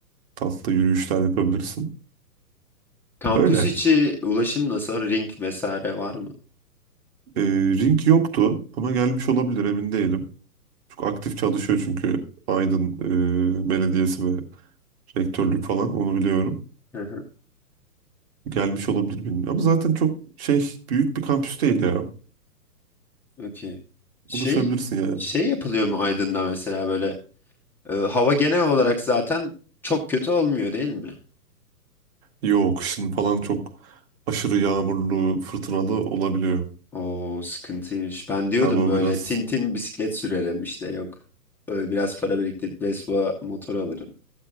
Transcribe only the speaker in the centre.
Kampüs
içi ulaşım nasıl? Ring vesaire var mı?
Hı hı.
Okey. Şey
şey yapılıyor mu Aydın'da mesela böyle e, hava genel olarak zaten çok kötü olmuyor değil mi?
Oo sıkıntıymış. Ben diyordum
böyle
tintin bisiklet sürerim işte yok. Böyle biraz para biriktirip Vespa motor alırım.